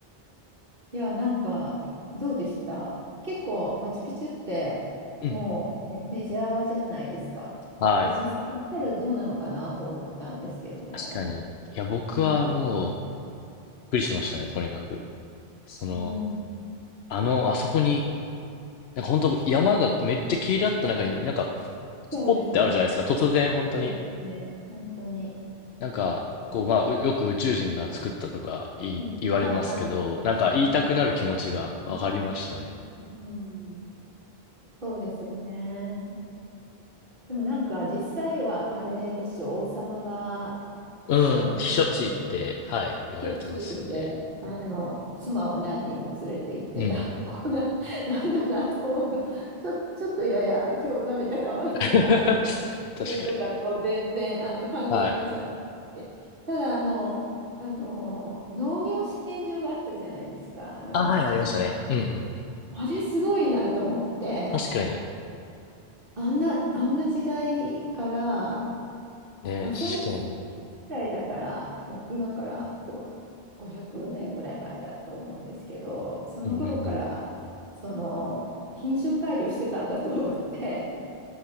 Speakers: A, on the right; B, on the left.
A: いや、なんか、どうでした結構、マチュピチュって、
B: うん。
A: もうメメジャーじゃないですか。
B: はい。
A: で、実際行ったらどうなのかなと思ったんですけどね。
B: 確かに。いや、僕はもう、
A: うん、
B: くりしましたね、とにかく。その、
A: うん、
B: あの、あそこに、なんか本当山がめっちゃ切り立った中に、なんか、スポッてあるじゃないですか、
A: そうですね。
B: 突然本当に。
A: そうですね。本当に。
B: なんか、こう、まあ、うよく宇宙人が作ったとか言い言われますけど、
A: うん、はいはい。
B: なんか言いたくなる気持ちがわかりましたね。
A: うん、うん、うん、そうですよね。でもなんか、実際はあれでしょ、王様が秘書に、
B: うん、避暑地って、
A: 秘書に
B: はい、言われてますよね。
A: 避暑地で、あの、妻を何人も連れて行ってた
B: うん。
A: <laughs> とこな、なんだなと思うと、ちょ、ちょっとやや興ざめた感はするんだ。
B: <laughs>
A: その、
B: 確かに。
A: 宇宙とかと全然、あの、関係ないじゃんって。
B: はい。
A: ただ、あの、あの、農業試験場があったじゃないですか、あの、
B: あ、
A: マチュピチュ
B: はい、ありましたね。うんうんうん。
A: に。あれすごいなと思って、
B: 確かに。
A: あんな、あんな時代から、
B: ね、
A: でも1
B: 試験。
A: 0ぐらいだから、い今からこう500年ぐらい前だと思うんですけど、その頃からその品種改良してたんだと思って、
B: うんうんうん。